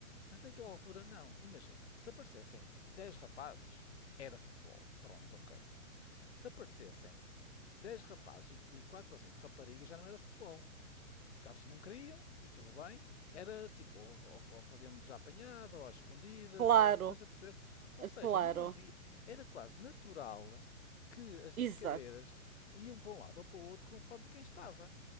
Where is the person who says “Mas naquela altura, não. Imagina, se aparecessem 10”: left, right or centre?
Left